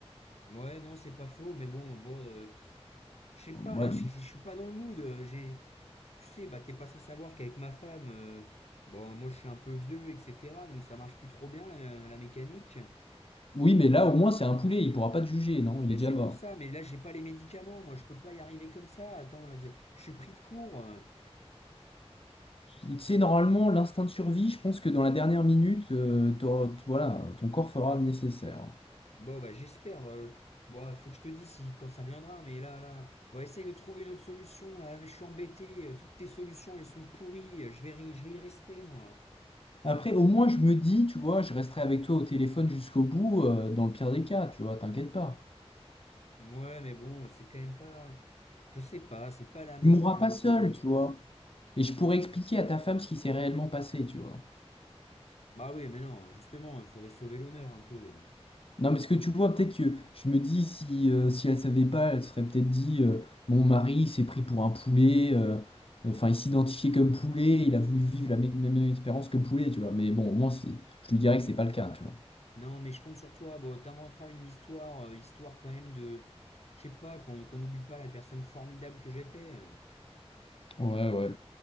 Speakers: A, on the left; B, on the left.
A: Ouais, non, c'est pas faux, mais bon, bon, euh, pff, je sais pas
B: Ouais.
A: là, je je- je suis pas dans le mood. euh, j'ai, tu sais, bah t'es pas sans savoir qu'avec ma femme, euh, bon, moi je suis un peu vieux, etc. Donc ça marche plus trop bien la la mécanique.
B: Oui, mais là, au moins, c'est un poulet, il pourra pas te juger, non,
A: Ben
B: il est
A: c'est
B: déjà mort.
A: pour ça, mais là j'ai pas les médicaments, moi je peux pas y arriver comme ça. Attends, là, je je suis pris de court. euh.
B: Tu sais, normalement, l'instinct de survie, je pense que dans la dernière minute, euh, t'auras- t- voilà, ton corps fera le nécessaire.
A: Bon bah j'espère. euh, Bon, faut que je te dise si quand ça viendra, mais là là, on essaye de trouver une autre solution. Là, mais je suis embêté. euh, Toutes tes solutions elles sont pourries. euh, Je vais ri- je vais y rester moi.
B: Après, au moins, je me dis, tu vois, je resterai avec toi au téléphone jusqu'au bout, euh, dans le pire des cas, tu vois, t'inquiète pas.
A: Ouais, mais bon, c'est quand même pas. Je sais pas, c'est pas la mort
B: Tu mourras
A: que
B: pas seul,
A: que j'aurais
B: tu
A: choisi.
B: vois. Et je pourrais expliquer à ta femme ce qui s'est réellement passé, tu vois.
A: Bah oui, mais non, justement, il faudrait sauver l'honneur un peu. hein.
B: Non, mais ce que tu vois, peut-être que je me dis, si, euh, si elle savait pas, elle serait peut-être dit, euh, mon mari s'est pris pour un poulet, euh, euh, enfin, il s'identifiait comme poulet, il a voulu vivre la mé- même, même expérience que le poulet, tu vois. Mais bon, au moins, c'est, je lui dirais que c'est pas le cas, tu vois.
A: Non, mais je compte sur toi. Bon, t'inventeras une histoire, euh, histoire quand même de, je sais pas, qu'on qu'on n'oublie pas la personne formidable que j'étais. Euh,
B: Ouais, ouais.